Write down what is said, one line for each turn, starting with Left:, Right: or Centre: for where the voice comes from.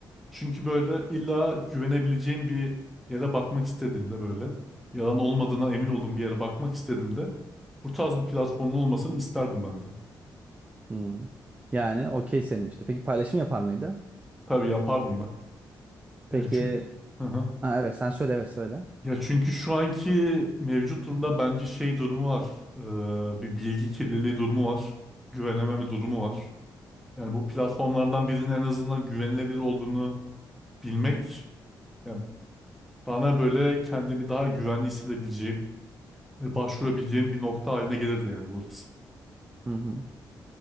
Centre: Çünkü böyle illa güvenebileceğim bir yere bakmak istediğimde böyle yalan olmadığına emin olduğum bir yere bakmak istediğimde bu tarz bir platformun olmasını isterdim ben de.
Right: Hmm. Yani okey senin işte. Peki paylaşım yapar mıydı?
Centre: Tabii yapardım ben. Ya
Right: Peki,
Centre: çünkü Hı hı.
Right: ha, evet sen söyle evet söyle.
Centre: Ya çünkü şu anki mevcut durumda bence şey durumu var. Ee, bir bilgi kirliliği durumu var. Güvenememe durumu var. Yani bu platformlardan birinin en azından güvenilebilir olduğunu bilmek yani bana böyle kendimi daha güvenli hissedebileceğim e, başvurabileceğim bir nokta haline gelirdi yani burası.
Right: Hı hı.